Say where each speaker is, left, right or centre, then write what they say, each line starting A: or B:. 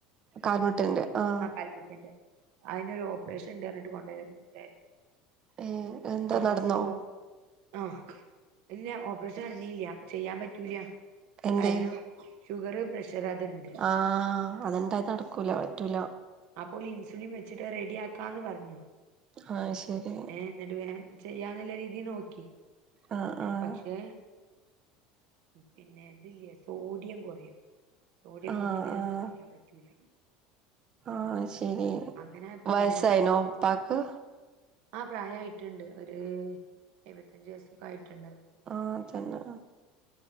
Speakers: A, on the right (about 35°); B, on the right (about 65°).
A: കാൽമുട്ട്ന്റെ ആ അ
B: കാൽമുട്ട്ന്റെ അയ്നൊരു ഓപ്പറേഷൻ ണ്ട് അർഞ്ഞിട്ട് കൊണ്ടോയതേനി
A: ഏഹ് എന്താ
B: അപ്പൊ
A: നടന്നോ
B: സോ ആഹ് ഇല്ല്യ ഓപ്പറേഷൻ നട്ന്നീല്ല്യ ചെയ്യാൻ പറ്റൂല
A: എന്തേ
B: കാരണം ഷുഗറും പ്രഷർ അതുണ്ട്
A: ആഹ് അതെന്തായാലും നട്ക്കൂല പറ്റൂല
B: അപ്പോല് ഇൻസുലിൻ വെച്ചിട്ട് റെഡ്യാക്കാന്ന് പർഞ്ഞു
A: ഹാ ശരി
B: എന്നിട്ട് വേം ചെയ്യാന്ന്ള്ള രീതീ നോക്കി
A: ആഹ്
B: ഏ
A: ആഹ്
B: പക്ഷേ പിന്നെ തില്ല്യെ സോഡിയം കൊറിം സോഡിയം
A: ആഹ്
B: കൊർഞാ പിന്നെന്തും
A: ആഹ്
B: ചെയ്യാൻ പറ്റൂല
A: ആഹ് ശരി
B: അങ്ങനായപ്പോ
A: വയസായിണോ
B: പിന്നെ ഞങ്ങള്
A: പ്പാക്ക്
B: ആ പ്രായായിട്ട്ണ്ട് ഒരു എഴ് വത്തഞ്ച് വയസൊക്കാ യിട്ട്ണ്ട്
A: ആഹ് തന്നെ